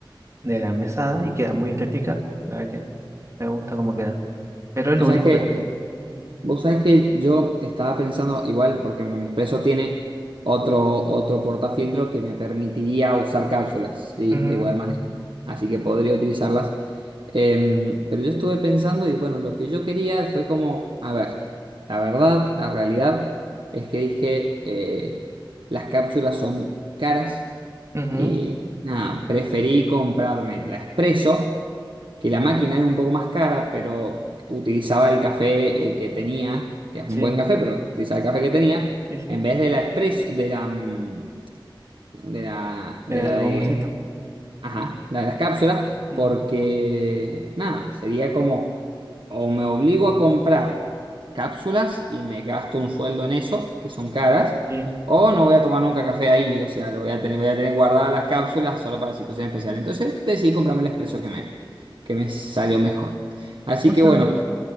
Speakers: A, on the right; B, on the right.
A: de la mesada y queda muy estética. La verdad que me gusta cómo queda. Pero es
B: O
A: lo
B: sea,
A: único
B: es que
A: que está.
B: Vos sabés que yo estaba pensando, igual, por ejemplo, mi expreso tiene otro, otro portafiltro que me permitiría usar cápsulas, ¿sí?
A: Ujú,
B: De igual manera. Así que podría utilizarlas. Eh, pero yo estuve pensando y bueno, lo que yo quería fue como, a ver, la verdad, la realidad es que dije, eh, las cápsulas son caras.
A: ujú,
B: Y nada, preferí comprarme la Espresso, que la máquina era un poco más cara, pero utilizaba el café eh, que tenía, que es un
A: sí,
B: buen café, pero utilizaba el café que tenía,
A: sí, sí.
B: en vez de la Espresso, de la, mm, de la, de
A: Era
B: la
A: de los
B: de,
A: bomboncitos.
B: ajá, la de las cápsulas,
A: Ujú,
B: porque nada, sería como o me obligo a comprar cápsulas y me gasto un sueldo en eso, que son caras,
A: sí.
B: o no voy a tomar nunca café ahí, o sea, lo voy a tener, voy a tener guardadas las cápsulas solo para situaciones especiales. Entonces decidí comprarme el expreso que me, que me salió mejor. Así
A: ¿Vos
B: que
A: sabés?
B: bueno,